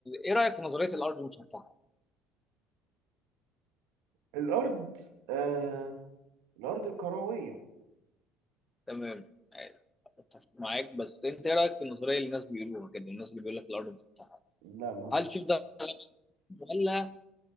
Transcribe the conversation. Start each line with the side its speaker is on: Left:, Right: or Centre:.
Left: ايه رايك في نظريه الارض المسطحه
Right: الأرض آه الأرض كروية
Left: تمام اتفق معاك بس انت ايه رايك في النظريه اللي الناس بيقولوها كده الناس اللي بيقول لك الارض مسطحه
Right: لا ما
Left: هل تشوف ده ولا